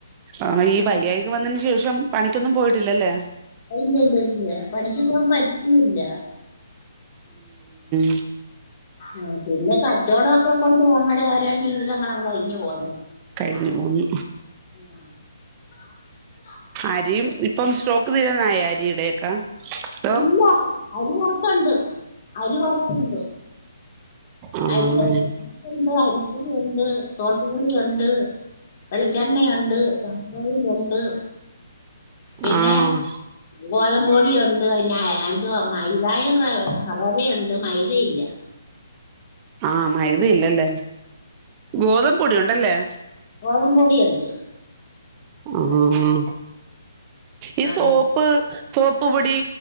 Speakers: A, on the right (about 25°); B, on the left (about 40°).
A: ആ ഈ വയ്യായിക വന്നതിന് ശേഷം പണിക്കൊന്നും പോയിട്ടില്ലല്ലേ
B: ഇല്ലല്ല ഇല്ല പണിക്ക് പോവാൻ പറ്റുന്നില്ല
A: ശ്
B: ആ പിന്നെ കച്ചോടൊക്കെ കൊണ്ട് പോ ഓരോ ജീവിതങ്ങളും കഴിഞ്ഞ് പോന്ന്
A: കഴിഞ്ഞ മൂന്ന്
B: ആഹ്
A: അരിയും ഇപ്പം സ്റ്റോക്ക് തീരാനായ അരിയുടെയൊക്കെ അതോ
B: ഇല്ല അരി കൊറച്ചുണ്ട് അരി കൊറച്ചുണ്ട്
A: ആഹ്
B: അരി അരിയുണ്ട് അരിപ്പൊടിയുണ്ട് ഗോതമ്പുപൊടിയുണ്ട് വെളിച്ചെണ്ണയുണ്ട് പാമോയിലുണ്ട് പിന്നെ
A: ആഹ്
B: ഗോതമ്പോടിയൊണ്ട് പിന്നേ എന്തുവാ മൈ റവയുണ്ട് മൈത ഉണ്ട് യില്ല
A: ആഹ മൈദ ഇല്ലല്ലേ ഗോതമ്പ് പൊടി ഉണ്ട് ഉണ്ടല്ലേ
B: ഗോതമ്പോടി ഉണ്ട്
A: ആഹ് ഇ
B: ആ
A: സോപ്പ് സോപ്പ്പൊടി